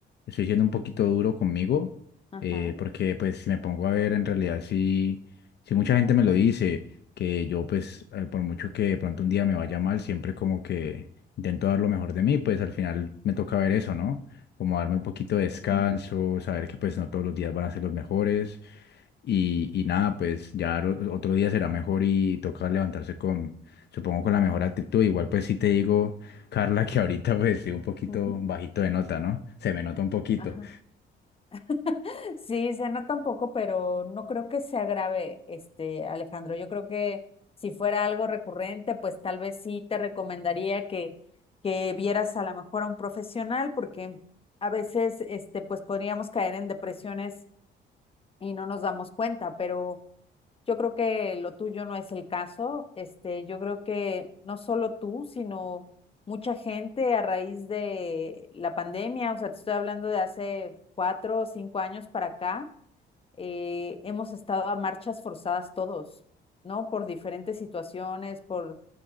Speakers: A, on the left (about 60°); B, on the left (about 30°).
A: estoy siendo un poquito duro conmigo,
B: Ajá,
A: eh, porque pues si me pongo a ver en realidad si, si mucha gente me lo dice, que yo pues eh, por mucho que de pronto un día me vaya mal, siempre como que intento dar lo mejor de mí, pues al final me toca ver eso, ¿no? Como darme un poquito de descanso,
B: Ujú,
A: saber que pues no todos los días van a ser los mejores, y, y nada, pues ya lo- otro día será mejor y toca levantarse con, supongo, con la mejor actitud. Igual pues sí te digo, Carla, <laughs> que ahorita pues sí un poquito
B: ujú.
A: bajito de nota, ¿no? Se me nota un poquito.
B: ajá. <laughs> Sí, cena tampoco, pero no creo que sea grave, este, Alejandro. Yo creo que si fuera algo recurrente, pues tal vez sí te recomendaría que, que vieras a lo mejor a un profesional, porque a veces, este, pues podríamos caer en depresiones y no nos damos cuenta, pero Yo creo que lo tuyo no es el caso. Este, yo creo que no solo tú, sino mucha gente a raíz de la pandemia, o sea, te estoy hablando de hace cuatro o cinco años para acá, eh, hemos estado a marchas forzadas todos, ¿no? Por diferentes situaciones, por